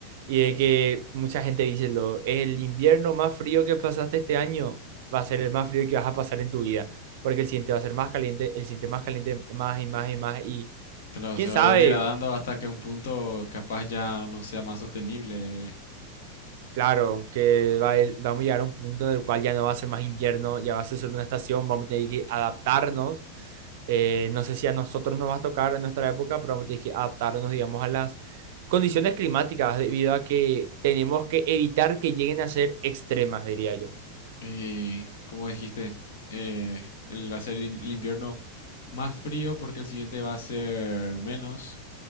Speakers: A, on the right (about 50°); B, on the left (about 55°).
A: y de que mucha gente dice, lo, el invierno más frío que pasaste este año va a ser el más frío que vas a pasar en tu vida, porque el siguiente va a ser más caliente, el siguiente más caliente, más y más y más, y
B: claro,
A: quién
B: se
A: sabe,
B: va a ir degradando hasta que un punto capaz ya no sea más sostenible.
A: Claro, que va a ir- vamos a llegar a un punto en el cual ya no va a ser más invierno, ya va a ser solo una estación, vamos a tener que adaptarnos. Eh, no sé si a nosotros nos va a tocar en nuestra época, pero vamos a tener que adaptarnos, digamos, a las condiciones climáticas debido a que tenemos que evitar que lleguen a ser extremas, diría yo.
B: Eh, como dijiste, eh, el, va a ser el el invierno más frío porque el siguiente va a ser menos.